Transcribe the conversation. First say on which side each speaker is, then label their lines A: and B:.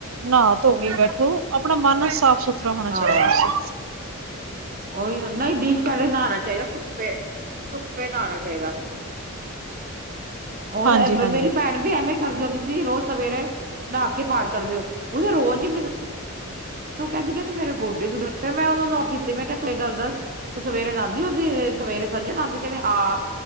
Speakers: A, on the right; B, on the right.
A: ਨਾ ਧੋ
B: ਉਹੀ
A: ਕੇ
B: ਨਾ
A: ਬੈਠੋ ਆਪਣਾ ਮਨ ਸਾਫ਼ ਸੁਥਰਾ ਹੋਣਾ ਚਾਹੀਦਾ
B: ਹਾਂ
A: ਸੀ।
B: ਉਹੀ ਨਾ ਨਹੀਂ ਦਿਨਚਰੇ ਨਾਣਾ ਚਾਹੀਦਾ ਧੁੱਪੇ ਧੁੱਪੇ ਨਾਣਾ ਚਾਹੀਦਾ। ਉਹ
A: ਹਾਂਜੀ ਹਾਂਜੀ
B: ਮੇਰੀ ਭੈਣ ਵੀ ਐਵੇਂ ਕਰਦੀ ਹੁੰਦੀ ਸੀ ਰੋਜ਼ ਸਵੇਰੇ ਨਹਾ ਕੇ ਪਾਠ ਕਰਦੇ ਹੋ ਉਹਦੇ ਰੋਜ਼ ਹੀ ਮ ਉਹ ਕਹਿੰਦੀ ਕਹਿੰ ਦੀ ਮੇਰੇ ਗੋਡੇ ਮੈਂ ਉਹਨੂੰ ਕੀਤੇ ਮੈਂ ਕਿਹਾ ਤੂੰ ਇਹ ਗੱਲ ਦੱਸ। ਉਹ ਸਵੇਰੇ ਨਾਦੀ ਹੁੰਦੀ ਉਹਦੀ ਸਵੇਰੇ ਸਜੇ ਨਾਦੀ ਕਹਿੰਦੀ ਹਾਂ